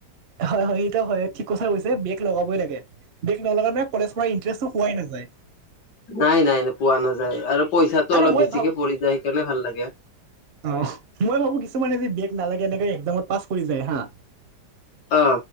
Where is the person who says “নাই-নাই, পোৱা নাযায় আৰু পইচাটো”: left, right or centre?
Left